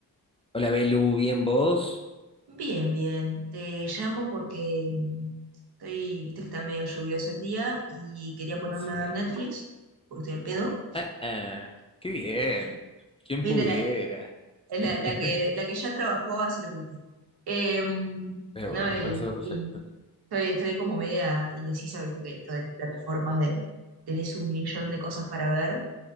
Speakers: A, on the left (about 15°); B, on the right (about 70°).
A: Hola Belu, ¿bien vos?
B: Bien, bien. Te llamo porque mm, estoy, viste que está medio lluvioso el día y quería ponerme
A: Sí.
B: a ver Netflix, porque estoy al pedo.
A: Ah, ah, qué bien. ¿Quién
B: Viste,
A: pudiera?
B: la, la-
A: <laughs>
B: la que, la que ya trabajó hace lo que quiere. Em,
A: Pero
B: no,
A: bueno,
B: y,
A: me parece perfecto.
B: y estoy, estoy como media indecisa, viste que esto de las plataformas de tenés un millón de cosas para ver.